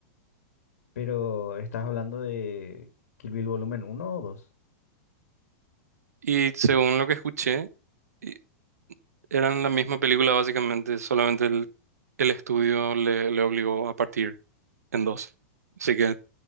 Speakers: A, on the left (about 80°); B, on the right (about 80°).
A: Pero estás hablando de Kill Bill volumen uno o 2.
B: Y según lo que escuché, y- eran la misma película básicamente, solamente el, el estudio le, le obligó a partir en dos. Así que